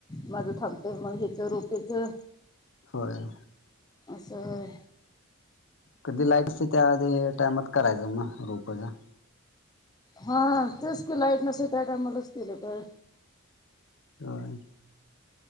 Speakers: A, on the left; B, on the left.
A: माझं थांब ते म हेच रोपे च
B: होय
A: अस होय
B: कधी लाईट नसती त्या वेळी टायमात करायचं मग रोपाचं
A: हा तेच की लाईट नसते त्या टायमालाचं केल तर
B: <inaudible>